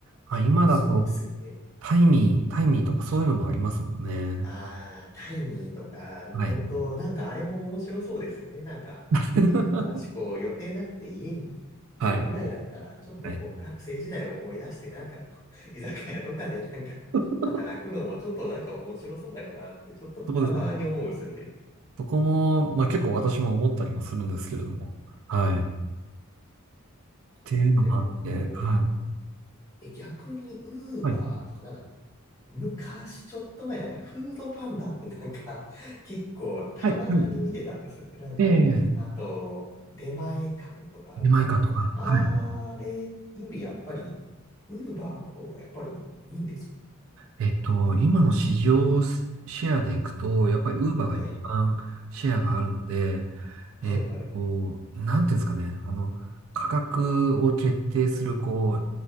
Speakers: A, on the right (about 70°); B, on the left (about 15°).
A: まあ今だと
B: そうですよね。
A: タイミー、タイミーとかそういうのもありますもんね。
B: ああ、タイミーとか、
A: はい。
B: 本当なんかあれも面白そうですよね。なんか、
A: <laughs>
B: 変な話、こう、予定なくて家にいるぐらいだったら、
A: はい。
B: ちょっとこう、
A: はい。
B: 学生時代を思い出して、なんかこう、<laughs> 居酒屋とかでなんか、
A: <laughs>
B: 働くのもちょっとなんか面白そうだよなって、ちょっとたまに思うんですよね。
A: そうですそこも、まあ結構私も思ったりもするんですけれども。はい。っていうのもあって、
B: なので、本当
A: はい。
B: え、逆に、ウーバーとか、
A: はい。
B: なんか昔、ちょっと前、なんか、フードパンダってなんか、<laughs> 結構、たまに見てたんですよね。
A: はい。はい。
B: なんか、
A: ええ、
B: あと、出前館とかあるんですけど、
A: 出前館とか。
B: あれよりやっぱり、
A: はい。
B: ウーバーの方がやっぱりいいんですか
A: えっと、今の市場シェアでいくと、やっぱりウーバーが一番シェアがあるので、
B: はい。はいはいはい。
A: えっと、なんていうんですかね、あの、価格を決定する、こ